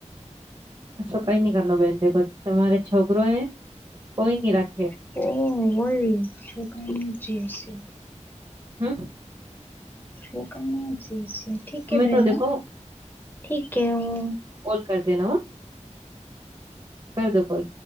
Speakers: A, on the right (about 40°); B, on the left (about 15°).
A: એસા કાઈ નહીં કરણ બહેન દેખો તમારે છોકરો હૈ કોઈ નહીં રાખ
B: છે ઓહ હોય શકન જેસે.
A: હમ્મ.
B: હુ કમુ જી જી ઠીક બેન
A: તો દેખો
B: ઠીક હે હું
A: કોલ કર દેના કર દો કોલ